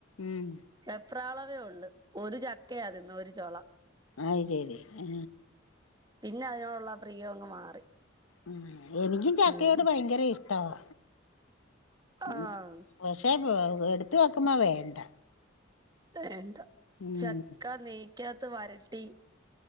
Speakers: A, on the left; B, on the right.
A: ഉം
B: വെപ്രാള അത്ര ഉള്ള ഒരു ചക്കയതിന്ന് ഒരു ചോള
A: അത് ശെരി ആ
B: പിന്നെ അതിനോടുള്ള പ്രിയോ അങ്ങ് മാറി
A: ഉ എനിക്കും ചക്കയോട്
B: ഉം
A: ഭയങ്കര ഇഷ്ടവാ
B: ആഹ്
A: ഉ പഷേ പോവും എടുത്ത വെക്കുമ്പോ വേണ്ട
B: വേണ്ട
A: ഉം
B: ചക്ക നീ ഒക്കകത്ത് വരട്ടി